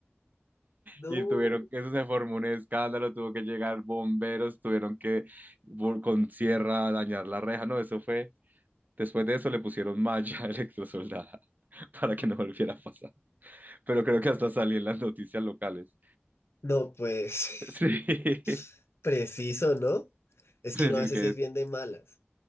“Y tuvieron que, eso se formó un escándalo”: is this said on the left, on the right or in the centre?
Right